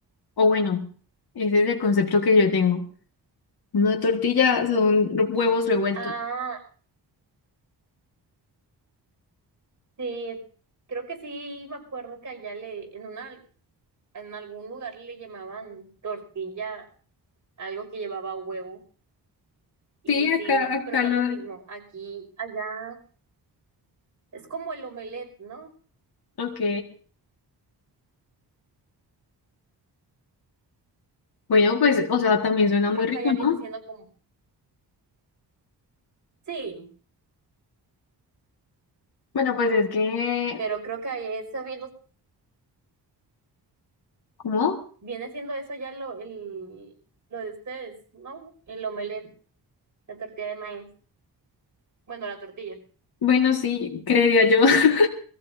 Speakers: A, on the left (about 60°); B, on the right (about 45°).
A: O bueno, ese es el concepto que yo tengo. Una tortilla son huevos revueltos.
B: Ah, sí, creo que sí, me acuerdo que allá le, en una, en algún lugar le llamaban tortilla, algo que llevaba huevo. Y
A: Sí,
B: sí,
A: acá,
B: no,
A: acá
B: pero no
A: lo...
B: lo mismo. Aquí, allá, es como el omelette, ¿no?
A: Ok. Bueno, pues, o sea, también suena
B: Creo
A: muy rico,
B: que allá viene
A: ¿no?
B: siendo como, sí,
A: Bueno, pues es que...
B: pero creo que ahí eso viendo,
A: ¿Cómo?
B: viene siendo eso ya lo, el, lo de ustedes, ¿no? El omelette, la tortilla de maíz. Bueno, la tortilla.
A: Bueno, sí, creería yo. <laughs>